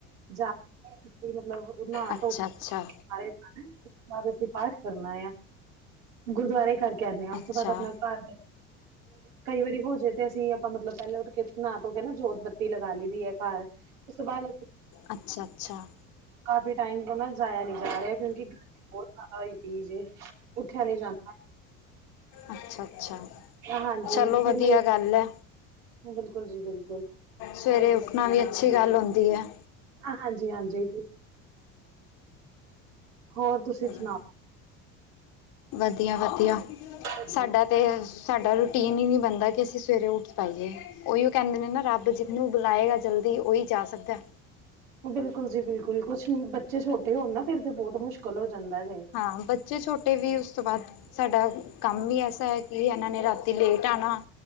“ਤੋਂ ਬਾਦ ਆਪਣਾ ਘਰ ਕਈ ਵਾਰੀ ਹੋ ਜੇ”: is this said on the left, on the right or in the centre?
Right